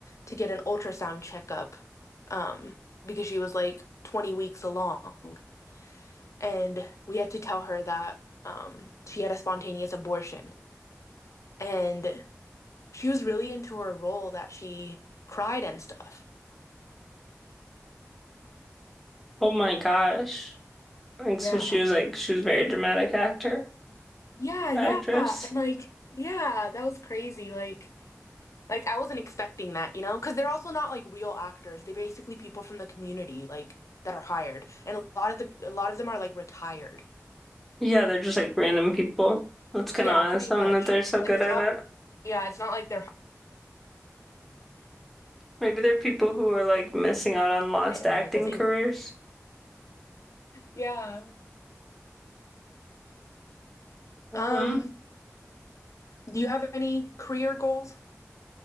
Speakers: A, on the left (about 70°); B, in the centre.
A: to get an ultrasound checkup, um, because she was like 20 weeks along. And we had to tell her that, um, she had a spontaneous abortion. And she was really into her role that she cried and stuff.
B: Oh my gosh. And
A: Yeah.
B: so she was like, she was a very dramatic actor,
A: Yeah, yeah.
B: actress.
A: And like, yeah, that was crazy. Like, Like I wasn't expecting that, you know, because they're also not like real actors. They're basically people from the community, like that are hired, and a lot of the a lot of them are like retired.
B: Yeah, they're just like random people. That's kind
A: Yeah,
B: of awesome
A: pretty much.
B: that they're so good
A: Like it's
B: at
A: not.
B: it.
A: Yeah, it's not like they're
B: Maybe they're people who are like missing out on lost
A: hired and
B: acting
A: like was able.
B: careers.
A: Yeah.
B: hmm
A: Um. Do you have any career goals?